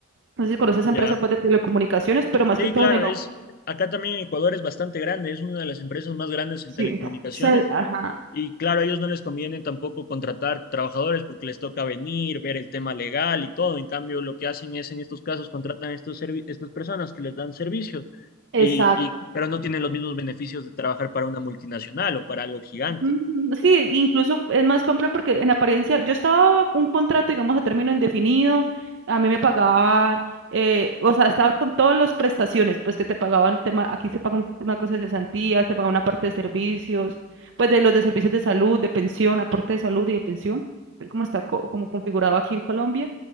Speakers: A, on the right; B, on the left.
A: No sé si conoces esa
B: ya.
A: empresa pues, de telecomunicaciones, pero más
B: Sí,
A: que todo
B: claro,
A: en el...
B: es... Acá también en Ecuador es bastante grande, es una de las empresas más grandes en
A: Sí.
B: telecomunicaciones
A: Ajá,
B: Y claro, a ellos no les conviene tampoco contratar trabajadores porque les toca venir, ver el tema legal y todo. En cambio, lo que hacen es, en estos casos, contratan a estos servi- estas personas que les dan servicios,
A: exacto.
B: y, y, pero no tienen los mismos beneficios de trabajar para una multinacional o para algo gigante.
A: Mm, Sí, incluso es más complejo porque en apariencia yo estaba un contrato, digamos, a término indefinido, a mí me pagaban, eh, o sea, estaba con todas las prestaciones, pues que te pagaba el tema, aquí se paga un- una cosa de cesantías, te paga una parte de servicios, pues de los de servicios de salud, de pensión, aporte de salud y de pensión, es como está co- como configurado aquí en Colombia,